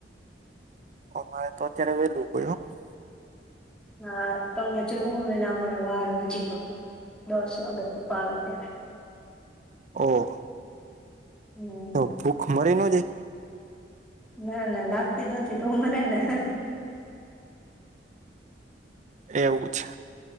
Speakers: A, on the right (about 45°); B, in the centre.
A: અમારે તો અત્યારે હવે લોકો <unintelligible>
B: હા તમે જમુ વેલા અમારે વાર હજી તો દસ વાગે પપ્પા આવે ત્યારે.
A: ઓ.
B: હમ
A: તો ભૂખ મરી <unintelligible>
B: ના ના લાગતી જ નથી. <unintelligible> <inaudible>
A: <inaudible> એવું છે.